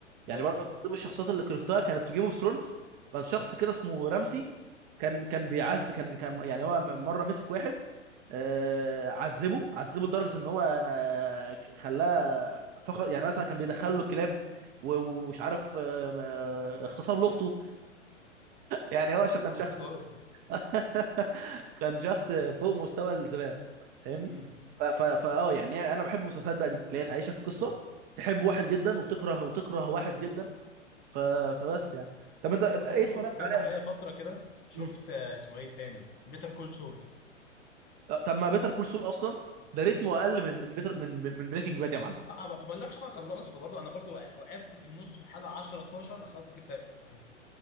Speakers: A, on the right; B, on the left.
A: يعني
B: اه
A: برضك من ضمن الشخصيات اللي كرهتها كانت في جيم اوف ثرونز كان شخص كده اسمه رمسي كان كان بيعز كان كان يعني هو مره مسك واحد آه، عذبه عذبه لدرجه ان هو أنا خلاه فقط يعني مثلا كان بيدخله الكلاب و- ومش عارف آه، آه، اغتصب لاخته يعني هو شو كان
B: عذبه
A: شخص زبالة
B: قوي
A: <laughs> كان شخص فوق مستوى الزبالة فاهمني
B: امم
A: ف- ف- فاه يعني انا بحب المسلسلات بقى دي اللي هي تعيشك في قصة
B: اه
A: تحب واحد جدا وتكره وتكره واحد جدا ف... فبس يعني طب انت ايه
B: برضه
A: اتفرجت
B: جت
A: عليه
B: عليا
A: اجنبي
B: فتره
A: طيب؟
B: كده شفت
A: مم.
B: آه، اسمه ايه التاني بيتر كول سول
A: طب ما بيتر كول سول اصلا ده ريتمه اقل من من بيتر من من بريكنج باد يا معلم
B: اه ما بقولكش انا خلصته برضو انا برضو وقفت في النص في حلقه 10 12 انا خلاص جبت اخري.